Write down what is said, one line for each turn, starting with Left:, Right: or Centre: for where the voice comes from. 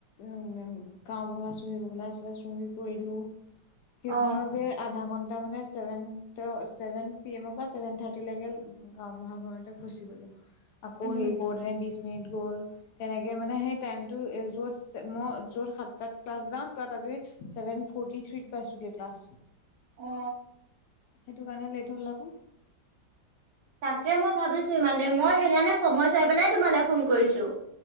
Left: উম গাওঁবুঢ়া চহী <unintelligible> আছে চহী কৰিলো সেইখনকে
Right: অ
Left: আধা ঘন তাৰমানে চেভেন ট ছেভেন পিএমৰ পৰা ছেভেন থাৰ্টি লৈকে গাঁওবুঢ়া ঘৰতে ফচি গ'লো। আকৌ
Right: উম
Left: হেই কৰোতে বিশ মেত গ'ল তেনেকে মানে সেই টাইম টো এ য'তচ ম য'ত সাতাত ক্লাছ যাম তাত আ <unintelligible> চেভেন ফৰ্তী থ্ৰীত পাইছোগে ক্লাছ।
Right: অ।
Left: সেইটো কাৰণে লেট হ'ল আকৌ।
Right: তাকে মই ভাবিছো ইমান দে মই সেইকাৰণে সময় চাই পেলাই তোমালে ফোন কৰিছো।